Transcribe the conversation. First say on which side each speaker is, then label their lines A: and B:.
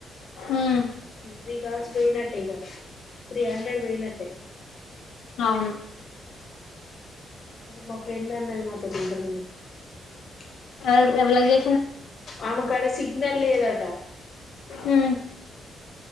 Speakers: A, on the left (about 85°); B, on the left (about 35°).
A: ఉమ్
B: త్రీ కాల్స్ పోయినట్ట ఇగ త్రీ హండ్రెడ్ పోయినట్టే
A: అవును
B: మా ఫ్రెండ్ అన్నాడు మాతో <unintelligible>
A: అ అలాగే
B: ఆమెకాడ సిగ్నల్ లేదాట
A: హు